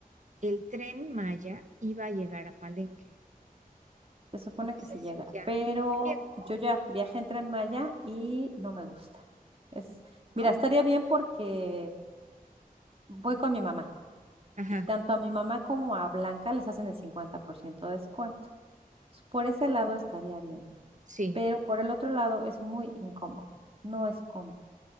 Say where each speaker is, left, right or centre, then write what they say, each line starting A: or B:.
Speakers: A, on the right; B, on the right.
A: el tren Maya iba a llegar a Palenque.
B: Se supone
A: No sé
B: que sí
A: si
B: llega,
A: ya
B: pero
A: llegó,
B: yo ya viajé en Tren Maya y no me gusta. Es, mira,
A: ¿no?
B: estaría bien porque voy con mi mamá
A: Ajá,
B: y tanto a mi mamá como a Blanca les hacen el 50% de descuento. Entonces, Por ese lado estaría bien,
A: sí,
B: pero por el otro lado es muy incómodo. No es cómodo,